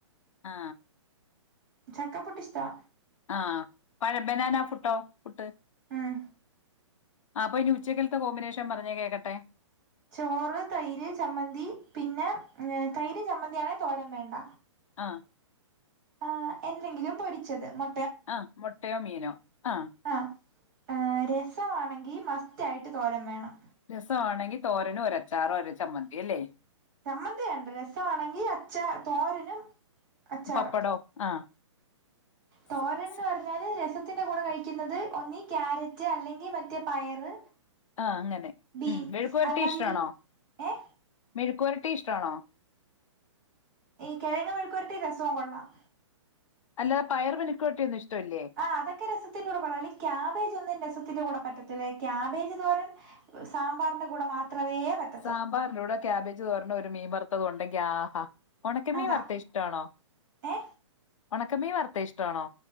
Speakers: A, on the left; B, on the right.
A: ആ
B: ചക്ക പുട്ടഇഷ്ടാ
A: ആഹ് പഴ ബനാന പുട്ടോ പുട്ട്
B: ഉം.
A: അപ്പൊ ഇനി ഉച്ചക്കിലത്തെ കോമ്പിനേഷൻ പറഞ്ഞേ കേക്കട്ടെ
B: ചോറ് തൈര് ചമ്മന്തി പിന്നെ തൈര് ചമ്മന്തിയാണെ തോരം വേണ്ട
A: ആഹ്
B: ആഹ് എന്തെങ്കിലും പൊരിച്ചത് മ
A: ആഹ് മുട്ടയോ മീനോ ആഹ്
B: ആഹ് രസമാണെങ്കിൽ മസ്റ്റ് ആയിട്ട് തോരൻ വേണം
A: രസമാണെങ്കിൽ തോരനും ഒരച്ചാറ ഒരു ചമ്മന്തി അല്ലേ
B: ചമ്മന്തി വേണ്ട രസമാണെങ്കി അച്ച തോരനും അച്ചാറും
A: പപ്പടോ ആ
B: തോരൻന്ന്
A: സ- സ-
B: പറഞ്ഞാല് രസത്തിന്റെ കൂടെ കഴിക്കുന്നത് ഒന്നി ക്യാരറ്റ് അല്ലെങ്കിൽ മറ്റേ പയറ്
A: ആഹ് അങ്ങനെ
B: ബീൻസ്
A: ഉം മഴുക്കൂരട്ടി
B: അല്ലാതെ
A: ഇഷ്ടാണോ
B: ഈ ഏ
A: മെഴുക്കരടീ ഇഷ്ടമാണോ
B: ഈ കിഴങ്ങങ് മെഴക്കുരട്ടി രസവും കൊള്ളാം
A: അല്ലാെ പയർ മെഴക്കര ട്ടിയൊന്നും ഇഷ്ടമല്ലേ
B: ആ് അതക്ക രസത്തിൻന്റെ കൂടെ കൊള്ളാംഅല്ലങ്ക ക്യാബേജ് ഒന്നും രസത്തിന്റെറെ കൂടെ പറ്റത്തില്ല ക്യാബേജ് തോരൻ സാമ്പാറിന്റെ കൂടെ മാത്രമേ പറ്റ
A: സാമ്പാറിന്റുടെ ക്യാബേജ് തോരനും ഒരു മീൻ വറുത്തത് ഉണ്ടെങ്കി ആഹാ ഉണക്ക മീൻ
B: അതാ
A: വറു ഇഷ്ടമാണോ
B: ഏ
A: ഉണക്കമീൻ വറുത്ത ഇഷ്ടമാണോ